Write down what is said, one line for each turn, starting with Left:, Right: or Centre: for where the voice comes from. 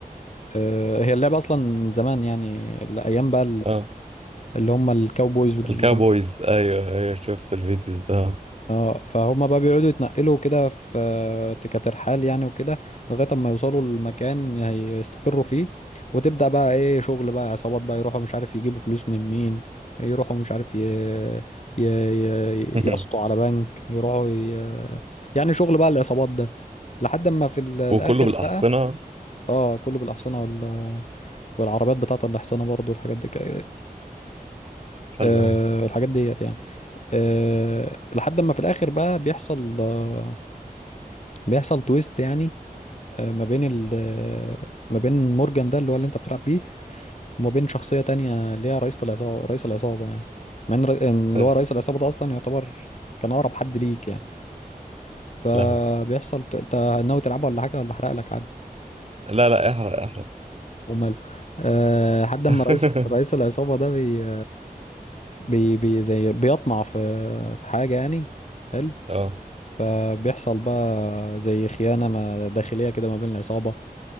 Left: آه، هي اللعبة أصلا من زمان يعني الأيام بقى
Right: اه
Left: اللي هم الكاوبويز والجم...
Right: الكاوبويز ايوه ايوه شفت الفيديوز ده آه.
Left: اه فهم بقى بيقعدوا يتنقلوا كده في آه، كترحال يعني وكده لغاية اما يوصلوا للمكان هيستقروا فيه وتبدأ بقى ايه شغل بقى عصابات بقى يروحوا مش عارف يجيبوا فلوس من مين يروحوا مش عارف ي... ي... ي...
Right: <laughs>
Left: يسطوا على بنك يروحوا ي... يعني شغل بقى العصابات ده لحد ما في ال- الاخر
Right: وكله بالاحصنه
Left: بقى اه كله بالاحصنة وال... والعربيات بتاعت الاحصنة برضو الحاجات دي ك...
Right: حلو
Left: آه
Right: ايوه
Left: الحاجات ديت يعني أه لحد ما في الاخر بقى بيحصل أه بيحصل تويست يعني أه ما بين ال آه، ما بين مورجان ده اللي هو اللي انت بتلعب بيه وما بين شخصية تانية اللي هي رئيسة العصابة رئيس العصابة يعني مع ان ر- إن اللي
Right: حلو
Left: هو رئيس العصابة ده اصلا يعتبر كان اقرب حد ليك يعني فبيحصل
Right: لهوي
Left: ت- انت ناوي تلعبه ولا حاجة ولا احرق لك عادي
Right: لا لا احرق احرق
Left: وماله أه لحد ما
Right: <laughs>
Left: رئيس رئيس العصابة ده بي بي, بي زي بيطمع في في حاجة يعني حلو
Right: اه
Left: فبيحصل بقى زي خيانة ما داخلية كده ما بين العصابة